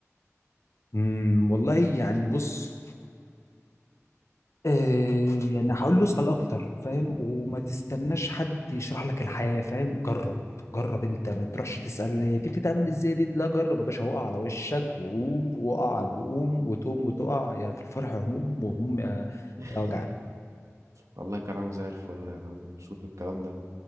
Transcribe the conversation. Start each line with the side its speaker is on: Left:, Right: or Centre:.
Left: امم والله يعني بص آه، يعني هقول له اسأل أكتر فاهم وما تستناش حد يشرح لك الحياة فاهم جرب جرب أنت ما تروحش تسأل هي دي بتتعمل إزاي دي لا جرب يا باشا وقع على وشك وقوم وقع وقوم وتقوم وتقع يا في الفرح هموم وهموم يا
Right: <laughs>
Left: يا وجع
Right: والله كلام زي الفل يا عم مبسوط بالكلام ده